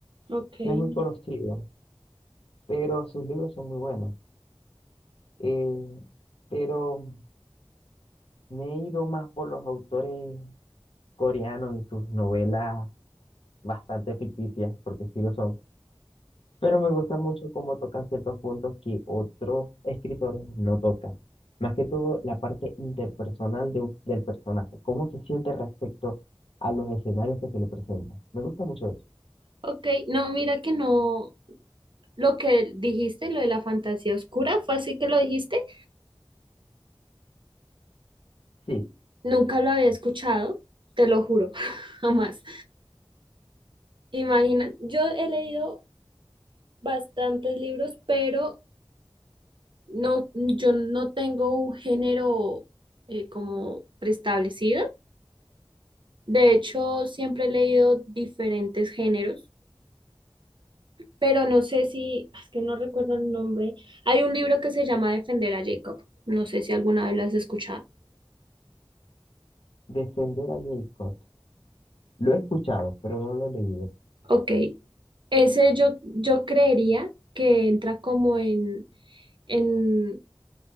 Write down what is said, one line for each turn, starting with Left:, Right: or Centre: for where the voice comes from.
Right: ok.
Left: No es muy conocido, pero sus libros son muy buenos. Eh, pero me he ido más por los autores coreanos y sus novelas bastante ficticias, porque sí lo son. Pero me gusta mucho cómo tocan ciertos puntos que otros escritores no tocan. Más que todo, la parte interpersonal de un- del personaje, cómo se siente respecto a los escenarios que se le presentan. Me gusta mucho eso.
Right: Ok, no, mira que no. Lo que dijiste, lo de la fantasía oscura, ¿fue así que lo dijiste?
Left: Sí,
Right: Nunca lo había escuchado, te lo juro, <laughs> jamás. Imagina, yo he leído bastantes libros, pero no, yo no tengo un género eh, como preestablecido. De hecho, siempre he leído diferentes géneros, pero no sé si, es que no recuerdo el nombre. Hay un libro que se llama Defender a Jacob. No sé si alguna vez lo has escuchado.
Left: defender a J. Scott. Lo he escuchado, pero no lo he leído.
Right: Ok, Ese yo, yo creería que entra como en, en,